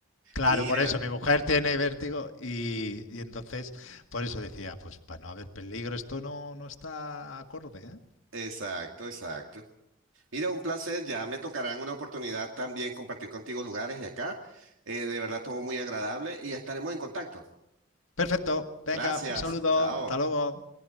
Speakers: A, on the left; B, on the right.
A: Claro,
B: Mira,
A: por eso mi mujer tiene vértigo y, y entonces por eso decía, pues para no haber peligro esto no, no está acorde, ¿eh?
B: exacto, exacto. Mira, un placer, ya me tocarán una oportunidad también compartir contigo lugares de acá. Eh, de verdad, todo muy agradable y estaremos en contacto.
A: Perfecto, venga,
B: Gracias,
A: un saludo,
B: chao.
A: hasta luego.